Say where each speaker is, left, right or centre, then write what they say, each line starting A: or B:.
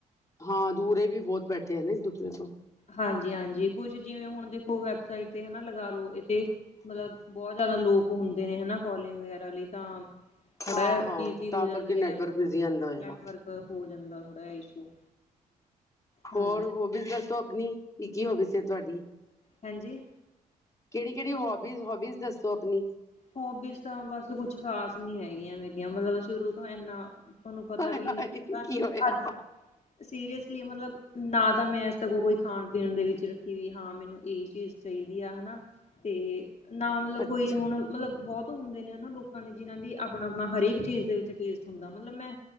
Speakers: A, on the left (about 15°); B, on the left (about 35°).
A: ਹਾਂ ਦੂਰੇ ਵੀ ਬਹੁਤ ਬੈਠੇ ਆ ਨੇ ਇਕ-ਦੂਸਰੇ ਤੋਂ
B: ਹਾਂਜੀ ਹਾਂਜੀ ਕੁਛ ਜਿਵੇਂ ਹੁਣ ਦੇਖੋ ਵੈਬਸਾਈਟ ਤੇ ਹਨਾ ਲਗਾ ਲੋ ਇਹ ਤੇ ਮਤਲਬ ਬੋਤ ਜਾਦਾ ਲੋਕ ਹੁੰਦੇ ਨੇ ਹੈਨਾ ਕੋਲਿੰਗ ਵਗੈਰਾ ਲਈ ਤਾਂ ਥੋੜ੍ਹਾ
A: ਹਾਂ-ਹਾਂ
B: ਜੇਆ ਬਿਜ਼ੀ
A: ਤਾਂ
B: ਹੋ ਜਾਂਦੀ
A: ਕਰਕੇ ਨੈਟਵਰਕ
B: ਐ ਐਪ ਹੈਨਾ
A: ਬਿਜ਼ੀ ਆਂਦਾ ਹੋਏਗਾ।
B: ਨੈਟਵਰਕ ਹੋ ਜਾਂਦਾ ਥੋੜ੍ਹਾ ਯਾ ਇਸ਼ੂ
A: ਹੋਰ
B: ਹਾਂਜੀ
A: ਹੋਬੀਜ਼ ਦੱਸੋ ਅਪਣੀ ਕੀ-ਕੀ ਹੋਬੀਜ਼ ਐ ਤੁਆਡੀ?
B: ਹਾਂਜੀ
A: ਕੇੜੀ-ਕੇੜੀ ਹੋਬੀ ਹੋਬੀਜ਼ ਦੱਸੋ ਅਪਣੀ
B: ਹੋਬੀਜ਼ ਤਾਂ ਬਸ ਕੁਛ ਖ਼ਾਸ ਨੀ ਹੈਗੀਆਂ ਮੇਰੀਆਂ ਮਤਲਬ ਸ਼ੁਰੂ ਤੋਂ ਏਨਾ ਤੁਆਨੂੰ ਪਤਾ
A: ਹਾਏ
B: ਵੀ
A: ਹਾਏ
B: ਨੀ ਬਸ
A: ਕੀ ਹੋਇਆ
B: ਅੱਜ ਸੀਰੀਅਸਲੀ ਮਤਲਬ ਨਾ ਤਾਂ ਮੈਂ ਸਗੋਂ ਕੋਈ ਖਾਣ-ਪੀਣ ਦੇ ਵਿੱਚ ਰੂਚੀ ਵੀ ਹਾਂ ਮੈਨੂੰ ਏ ਚੀਜ਼ ਚਾਇਦੀ ਆ ਹੈਨਾ। ਤੇ ਨਾ ਮਤਲਬ
A: ਅੱਛਾ
B: ਕੋਈ ਹੁਣ ਮਤਲਬ ਬੋਹਤ ਹੁੰਦੇ ਨੇ ਨਾ ਲੋਕਾਂ ਦੀ ਜਿਨਾਂ ਦੀ ਆਪਣਾ-ਆਪਣਾ ਹਰ ਏਕ ਚੀਜ਼ ਦੇ ਵਿੱਚ ਟੇਸਟ ਹੁੰਦਾ ਮ ਮਤਲਬ ਮੈਂ